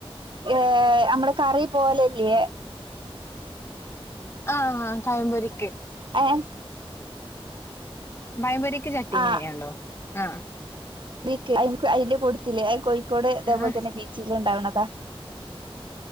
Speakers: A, on the right; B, on the left.
A: ഏ അമ്മള് കറി പോലെല്ല്യേ
B: ആ ആ പയംപൊരി
A: എ
B: ബയംപൊരിക്ക് ചട്ടീനെയാ
A: ആഹ്
B: ഉണ്ടാവൂ. ആ ആ
A: ക്ക് അയ്ൻക്ക് അയ്ന് കൊട്ത്തിലേ ആ കോയ്ക്കോട് തേപോൽതെന്നെ
B: ആഹ്
A: ബീച്ചില് ണ്ടാവ്ണതാ